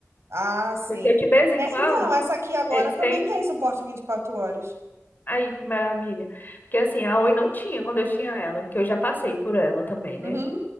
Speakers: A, on the right; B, on the left.
A: Ah, sim.
B: porque de vez em
A: É,
B: quando
A: então, essa aqui agora
B: eles
A: também
B: têm
A: tem suporte 24 horas.
B: Aí, que maravilha. Porque assim, a Oi não tinha quando eu tinha ela, porque eu já passei por ela também,
A: Uhum.
B: né?